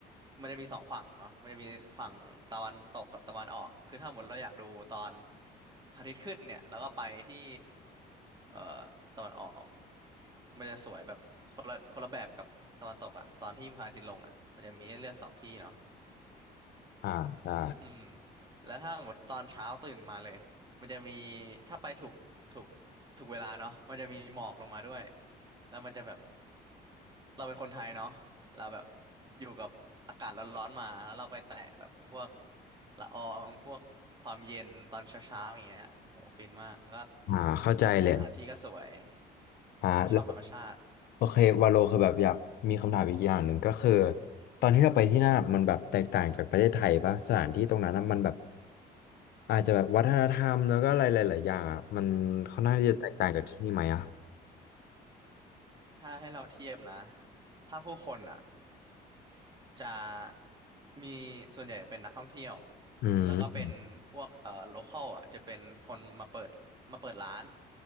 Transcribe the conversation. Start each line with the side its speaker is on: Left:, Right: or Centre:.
Right: มันจะมีสองฝั่งเนาะมันจะมีฝั่งตะวันตกกับตะวันออกคือถ้าหมดเราอยากดูตอนพระอาทิตย์ขึ้นเนี่ยแล้วก็ไปที่เอ่อตะวันออกมันจะสวยแบบคนละคนละแบบกับตะวันตกอ่ะตอนที่พระอาทิตย์ลงอ่ะมันจะมีให้เลือกสองที่เนาะ
Left: อ่าใช่
Right: อืมแล้วถ้าหมดตอนเช้าตื่นมาเลยมันจะมีถ้าไปถูกถูกถูกเวลาเนาะมันจะมีหมอกลงมาด้วยแล้วมันจะแบบเราเป็นคนไทยเนาะเราแบบอยู่กับอากาศร้อนๆมาแล้วเราไปแตะแบบพวกละอองพวกความเย็นตอนเช้าๆอย่างเงี้ยโหฟินมากแล้วก็
Left: อ่าเข้าใจเลย
Right: สถานที่ก็สวย
Left: อ่า
Right: ถ้าชอบธรรมชาติ
Left: โอเควาโลคือแบบอยากมีคำถามอีกอย่างหนึ่งก็คือตอนที่เราไปที่นั่นอะมันแบบแตกต่างจากประเทศไทยปะสถานที่ตรงนั้นอะมันแบบอาจจะแบบวัฒนธรรมแล้วก็อะไรหลายๆอย่างอะมันค่อนข้างที่จะแตกต่างจากที่นี่ไหมอ่ะ
Right: อืมถ้าให้เราเทียบนะถ้าผู้คนอ่ะ จะมีส่วนใหญ่เป็นนักท่องเที่ยว
Left: อืมอืม
Right: แล้วก็เป็นพวกเอ่อโลคอลอ่ะจะเป็นคนมาเปิดมาเปิดร้าน